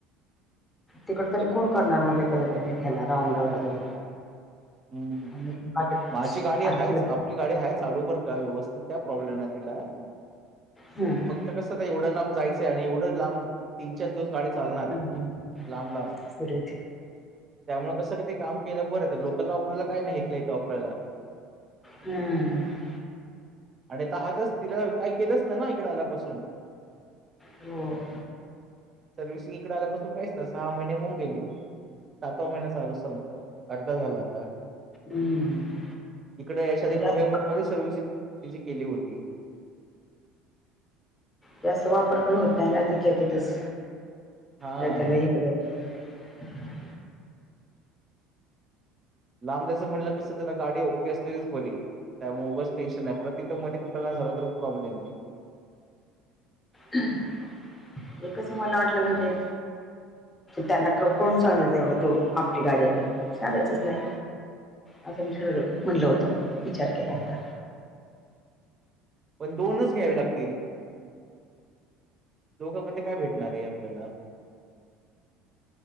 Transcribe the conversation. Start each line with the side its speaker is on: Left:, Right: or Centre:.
Left: तिकड तरी कोण करणार म्हलं ह्याला राहून गावला तरी
Right: हम्म
Left: आणि पाठवले
Right: माझी गाडी आहेाच आपली गाडी आहेच. चालू बर का व्यवस्थित काय प्रॉब्लेम आहे तिला
Left: हम्म
Right: फक्त व्यवास्थिती एवढं लांब जायचं आणि एवढं लांब तीन चार दिवस गाडी चालणार
Left: हम्
Right: लांब, लांब.
Left: सुर
Right: त्यामुळे कसं क ते काम केलं बरं लोकलला वापरायला काही नाही इथलं इथं वापरायला.
Left: हम्म
Right: आणि तहातच तिला काय केलंच नाय ना इकड आलयां पसून
Left: होय.
Right: सर्व्हिसिंग इकडे आल्यापासून काहीचत सहा महिने होऊन गेले. सातवा महिना चालू स अर्धा झाला आता.
Left: हम्म.
Right: इकडे यायच्या आधी
Left: जास्त
Right: नोव्हेंबर मध्ये सर्व्हिसिंग त्याची केली होती.
Left: जास्त वापर पण होत नाही ना तिथल्या तिथच
Right: हां.
Left: येताना इकडे <unintelligible>
Right: लांब जा्यायचं म्हणलं कसं जरा गाडी ओके असलेलीच बरी. त्यामुळे उगच टेन्शन नाही पण तिथं मध्ये कुठलकाय झालं तर प्रॉब्लेम आहे.
Left: हे कसं मला वाटलं म्हणजे त्यांना कोण सांगणार तेवढं तू आपली गाडीये म्हणून सांगायचंच नाही. असं मी सगळं म्हटलं होतं विचार केला होता.
Right: पण दोनच घ्यावे लागतील दोघं पण ते काय भेटणार ये आपल्याला?